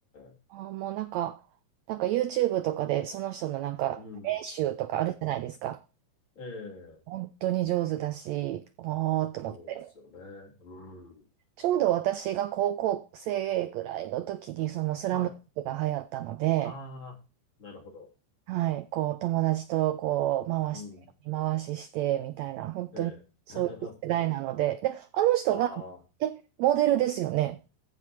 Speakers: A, on the left (about 35°); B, on the right (about 80°).
A: え
B: あー、もうなんか、なんか YouTube とかでその人のなんか練習とかあるじゃないですか。
A: うん。はい。ええ
B: 本当に上手だし、ああ、と思って。
A: そうですよね。うん。
B: ちょうど私が高校生ぐらいの時にそのスラムダンクが流行ったので、
A: はい。ああ、なるほど。
B: はい、こう友達とこう回して、
A: うん。
B: 見回ししてみたいな、本当にそういう世代なので、
A: ええ <laughs>
B: で、あの人が、
A: ああ、
B: え、モデルですよね。